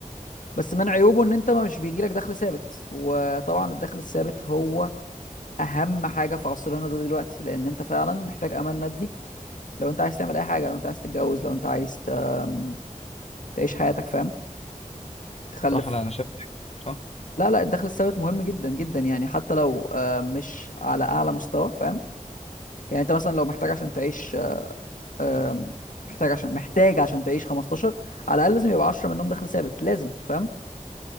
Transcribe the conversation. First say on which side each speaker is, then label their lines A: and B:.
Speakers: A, on the left; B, on the left.
A: بس من عيوبه ان انت ما مش بيجيلك دخل ثابت وطبعا الدخل الثابت هو اهم حاجه في عصرنا ده دلوقتي لان انت فعلا محتاج امان مادي لو انت عايز تعمل اي حاجه لو انت عايز تتجوز لو انت عايز ت... أم، تعيش حياتك فاهم تخلف
B: صح لا انا شايف كده. صح
A: لا لا الدخل الثابت مهم جدا جدا يعني حتى لو آه، مش على اعلى مستوى فاهم يعني انت مثلا لو محتاج عشان تعيش آه، آم، محتاج عشان محتاج عشان تعيش 15 على الاقل لازم يبقى 10 منهم دخل ثابت لازم فاهم